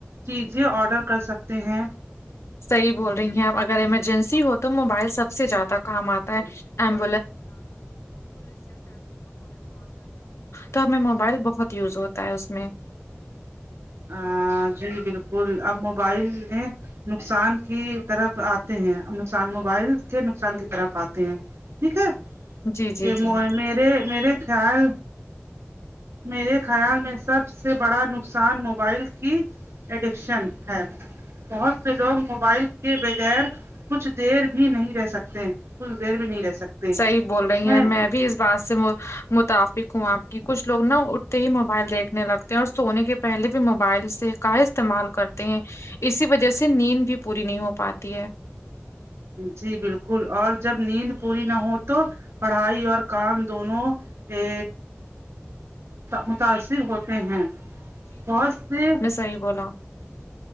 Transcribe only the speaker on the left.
صحیح بول رہی ہیں اب اگر ایمرجنسی ہو تو موبائل سب سے زیادہ کام آتا ہے <inaudible> تو ہمیں موبائل بہت یوز ہوتا ہے اس میں
جی جی
جی
صحیح بول رہی
ہیں بھی اس بات سے متفق ہوں آپ کی کچھ لوگ نا اٹھتے ہی موبائل دیکھنے لگتے اور سونے کے پہلے بھی موبائل سے کا استعمال کرتے ہیں اسی وجہ سے نیند بھی پوری نہیں ہو پاتی ہے
صحی بولا